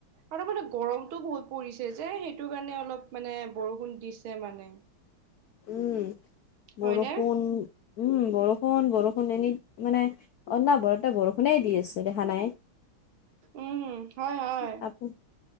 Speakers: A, on the right (about 75°); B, on the left (about 75°).
A: আৰু মানে গৰমটো হৈ পৰিছে যে সেইটো কাৰণে অলপ মানে বৰষুণ দিছে মানে।
B: উম
A: হয়নে
B: বৰষুণ- উম বৰষুণ বৰষুণ এনি মানে অনবৰতে বৰষুণে দি আছে দেখা নাই।
A: উম হু হয় হয়।
B: কাপোৰ